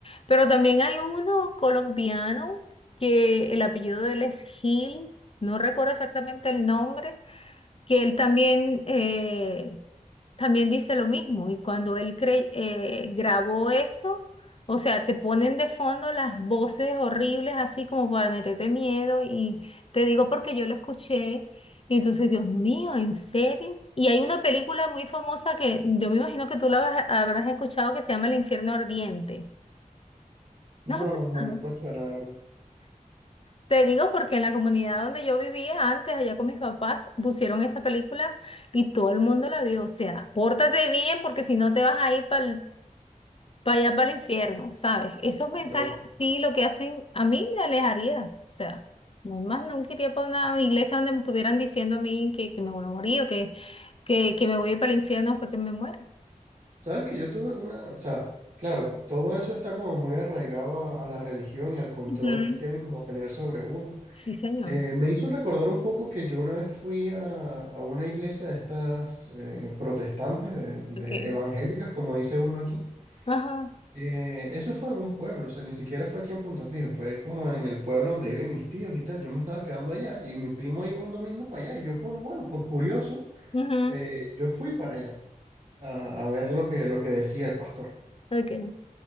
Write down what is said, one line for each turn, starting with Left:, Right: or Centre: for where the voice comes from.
Left: pero también hay uno colombiano que el apellido de él es Gil, no recuerdo exactamente el nombre, que él también, eh, también dice lo mismo. Y cuando él cre- eh, grabó eso, o sea, te ponen de fondo las voces horribles, así como para meterte miedo. Y te digo porque yo lo escuché. Y entonces, Dios mío, ¿en serio? Y hay una película muy famosa que yo me imagino que tú la habrás habrás escuchado que se llama El Infierno Ardiente.
Right: No,
Left: ¿No has
Right: no,
Left: escuchado?
Right: no me suena de verdad.
Left: Te digo porque en la comunidad donde yo vivía antes, allá con mis papás, pusieron esa película y todo el mundo la vio. O sea, pórtate bien porque si no te vas a ir para allá, para el infierno, ¿sabes? Esos mensajes
Right: Loco.
Left: sí lo que hacen a mí me alejaría. O sea, no más nunca iría para una iglesia donde me estuvieran diciendo a mí que, que me voy a morir o que, que, que me voy a ir para el infierno porque me muera.
Right: Sabes que yo tuve una, o sea, claro, todo eso está como muy arraigado a, a la religión y al control
Left: Ujú,
Right: que quieren como tener sobre uno.
Left: Sí, señor.
Right: Eh, me hizo recordar un poco que yo una vez fui a, a una iglesia de estas eh, protestantes, de de
Left: Okay.
Right: evangélicas, como dice uno aquí.
Left: Ajá.
Right: Eh, eso fue en un pueblo, o sea, ni siquiera fue aquí en Punto Fijo, fue como en el pueblo donde viven mis tíos y tal. Yo me estaba quedando allá y mi primo iba un domingo para allá y yo por, bueno, por curioso,
Left: ujú,
Right: eh, yo fui para allá a, a ver lo que, lo que decía el pastor.
Left: Ok.